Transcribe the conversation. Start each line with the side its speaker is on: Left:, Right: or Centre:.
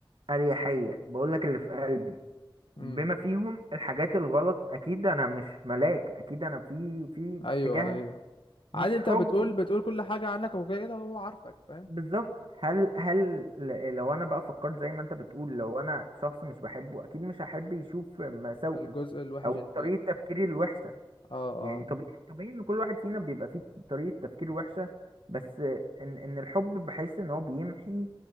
Right: اريحية بقولك اللي في قلبي
Left: امم
Right: بما فيهم الحاجات الغلط اكيد انا مش ملاك اكيد انا في في
Left: ايوه
Right: اتجاه
Left: ايوه
Right: مش
Left: عادي انت
Right: حب
Left: بتقول بتقول كل حاجة عنك وكده هو عارفك فاهم
Right: بالظبط هل هل ل- لو انا بقى فكرت زي ما انت بتقول لو انا شخص مش بحبه اكيد مش هحب يشوف مساوئي
Left: الجزء الوحش
Right: او
Left: اللي فيك
Right: طريقة تفكيري الوحشة
Left: اه
Right: يعني
Left: آه.
Right: طبيعي طبيعي ان كل واحد فينا بيبقى فيه طريقة تفكير وحشة بس ان ان الحب بحس ان هو بيمحي